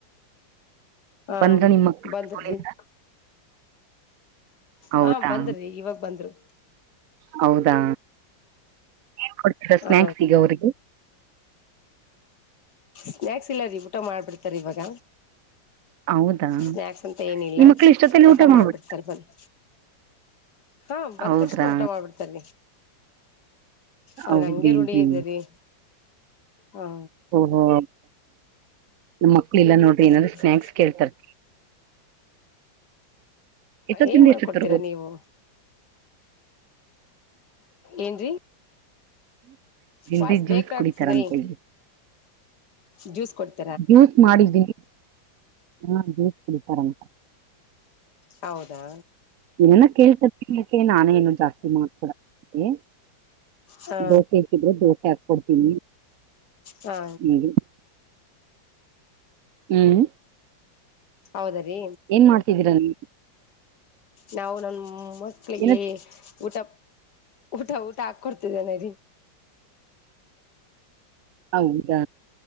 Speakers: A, on the left (about 60°); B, on the right (about 55°).
A: ಹಾ
B: ಬಂದ್ರ ನಿಮ್ ಮಕ್ಳು
A: ಬಂದ್ರಿ
B: ಸ್ಕೂಲಿಂದ
A: ಈಗ
B: ಹೌದಾ
A: ಹಾ ಬಂದ್ರಿ ಇವಾಗ ಬಂದರು.
B: ಹೌದಾ ಏನ್ ಕೊಡ್ತೀರಾ ಸ್ನಾಯಕ್ಸ್
A: ಹ
B: ಈಗ ಅವ್ರಿಗೆ.
A: ಸ್ನಾಯಕ್ಸ್ ಇಲ್ಲ ರೀ ಊಟ ಮಾಡ್ಬಿಡ್ತಾರ ಇವಾಗ.
B: ಹೌದಾ
A: ಸ್ನ್ಯಾಕ್ಸ್ ಅಂತ ಏನಿಲ್ಲಾ
B: ನಿಮ್ ಮಕ್ಳು ಇಷ್ಟೊತ್ತಲ್ಲಿ
A: ಊಟಾ
B: ಊಟ ಮಾಡ್ಬಿ
A: ಮಾಡ್ಬಿಡ್ತಾರೆ ಬಂದು ಹಾ ಬಂದ
B: ಹೌದ್ರಾ
A: ತಕ್ಷಣ ಊಟ ಮಾಡ್ಬಿಡ್ತಾರಿ. ಅವ್ರಗ
B: ಹೌದ್ರಿನ್ರಿ
A: ಹಂಗೆ ರೂಢಿ ಇದ್ದರಿ ಹ್ಮ.
B: ಹ ಮಕ್ಕಳು ಇಲ್ಲ ನೋಡ್ರಿ
A: ಹ
B: ಏನಾದ್ರೂ ಸ್ನ್ಯಾಕ್ಸ್ ಕೇಳ್ತಾರೆ. ಎಷ್ಟೊತ್ತಿಂದ
A: ಏನ್ ಮಾಡ್ಕೊಡ್ತೀರಾ
B: ಎಷ್ಟೊತ್ತರ್ಗ
A: ನೀವು. ಏನ್ರೀ ವಾಯ್ಸ್
B: ಡಿ ಜ್ಯೂಸ್
A: ಬ್ರೇಕ್
B: ಕುಡಿತಾರಂತೆ
A: ಆಗ್ತಿದೆ ಜ್ಯೂಸ್ ಕೊಡ್ತ
B: ಜ್ಯೂಸ್ ಮಾಡಿದ್ದೀನಿ ಹ ಜ್ಯೂಸ್ ಕುಡಿತಾರಂತ
A: ಹೌದಾ
B: ನ ಕೇಳ್ತ ತಿಕ್ಕೆ ನಾನೇ ಏನು ಜಾಸ್ತಿ ಮಾಡ್ಕೊಡಲ ಅವರಿಗೆ.
A: ಹಾ
B: ದೋಸೆ ಇಸಿದ್ರೆ ದೋಸೆ ಹಾಕ್ಕೊಡ್ತೀನಿ
A: ಹಾ
B: ಹಂಗೆ ಹುಂ
A: ಹೌದ ರೀ
B: ಏನ್ ಮಾಡ್ತಿದ್ದೀರಾ ನೀವು
A: ನಾವು ನನ್ ಮಕ್ಕಳಿಗೆ
B: ಏನ
A: ಊಟಾ ಊಟಾ ಊಟಾ ಹಾಕ್ಕೊಡ್ತಿದ್ದೇನೆ
B: ಹೌದಾ